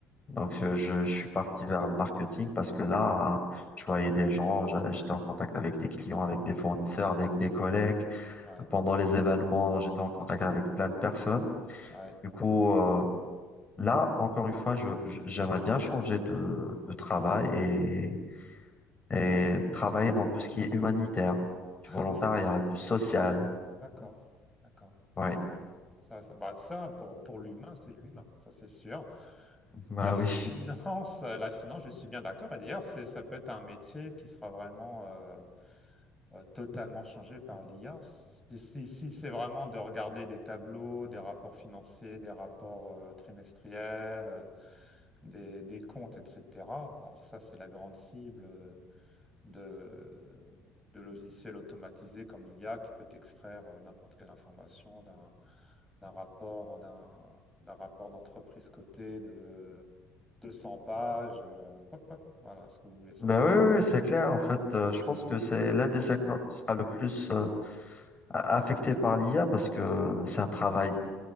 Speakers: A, on the left; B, in the centre.
A: Donc, euh, je, je suis parti vers le marketing parce que là, euh, je voyais des gens, j'a- j'étais en contact avec des clients, avec des fournisseurs, avec des collègues.
B: ouais,
A: Pendant les événements, j'étais en contact avec plein de personnes.
B: ouais.
A: Du coup, euh, là, encore une fois, je, je- j'aimerais bien changer de, de travail et, et travailler dans tout ce qui est humanitaire,
B: Ah
A: du volontariat,
B: oui,
A: du social.
B: d'accord, d'accord. Oui,
A: Oui.
B: ça, ça, bah, ça pour, pour l'humain, c'est de l'humain, ça c'est sûr.
A: bah
B: La finance,
A: oui.
B: <laughs> la finance, je suis bien d'accord. Et d'ailleurs, c'est, ça peut être un métier qui sera vraiment euh, euh, totalement changé par l'IA. Si, si- si c'est vraiment de regarder des tableaux, des rapports financiers, des rapports euh, trimestriels, euh, des, des comptes, etc. Alors ça, c'est la grande cible euh, de, de logiciels automatisés comme l'IA qui peut extraire euh, n'importe quelle information d'un d'un rapport, d'un d'un rapport d'entreprise cotée de 200 pages. euh, hop, hop, voilà ce que vous voulez savoir.
A: Bah oui, oui, c'est clair.
B: Ouais,
A: En fait, euh, je pense que c'est l'un des secteurs qui sera le plus euh, a- affecté par l'IA parce que c'est un travail